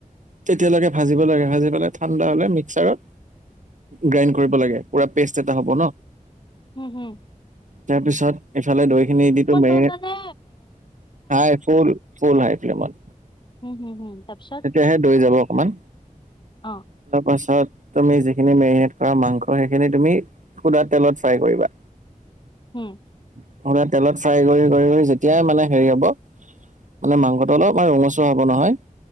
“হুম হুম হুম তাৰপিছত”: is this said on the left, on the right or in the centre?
Left